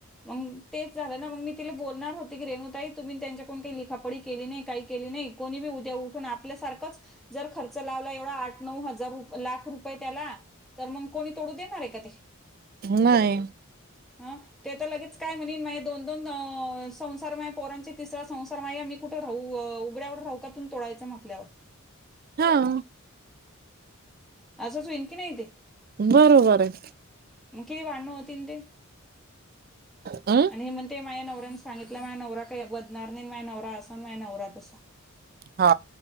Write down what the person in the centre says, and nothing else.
मग तेच झालं ना मग मी तिला बोलणार होती की रेणुताई.. तुम्ही त्यांच्या कोून काही लिखापडी केली नाही काही केली नाही कोणी बी उद्या उठून आपल्यासारखंच.. जर खर्च लावला एवढा आठ नऊ हजार लाख रुपये त्याला तर मग.. कोणी तोडू देणार आहे का ते?
आ लगेच काय म्हने.. दोन दोन संसार पोरां तिसरा संसार मा मी कुठे राहू... व उगड्यावर राऊकातून तोडायचं म्हतल्यावर..
असंच होईल की नाही ते..
मग किती भांड...
आणि हे म्हणते माया नवऱ्यानी सांगितलं मा नव काय बदणार... माझा नवरा असा.. माझ्या नवरा तसा